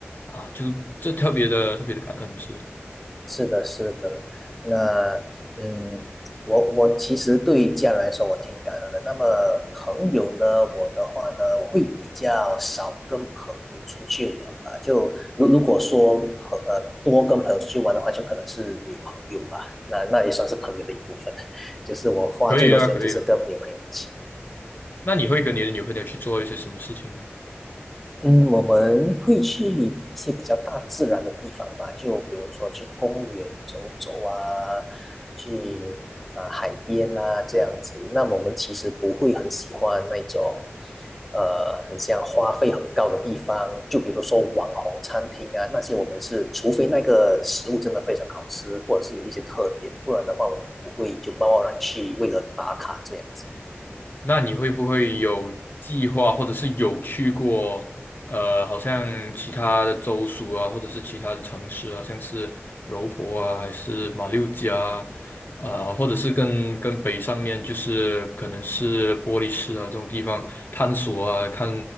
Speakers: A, on the left; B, in the centre.
A: 啊，就这特别的特别的感恩是，
B: 是的，是的，那嗯，我我其实对于家人来说，我挺感恩的。那么朋友呢，我的话呢，我会比较少跟朋友出去玩吧。就如如果说和呃多跟朋友出去玩的话，就可能是女朋友吧，那那也算是朋友的一部分。<laughs> 就是我花最多时间就是跟女朋友一起。
A: 可以啊，可以啊。那你会跟你的女朋友去做一些什么事情呢？
B: 嗯，我们会去一些比较大自然的地方吧，就比如说去公园走走啊，去啊呃海边啊这样子。那么我们其实不会很喜欢那种呃很像花费很高的地方，就比如说网红餐厅啊那些，我们是除非那个食物真的非常好吃，或者是有一些特点，不然的话我们不会就贸贸然去为了打卡这样子。
A: 那你会不会有计划，或者是有去过，呃，好像其他的州属啊，或者是其他的城市啊，像是柔佛啊，还是马六甲啊，呃，或者是跟跟北上面，就是可能是玻璃市啊这种地方探索啊，看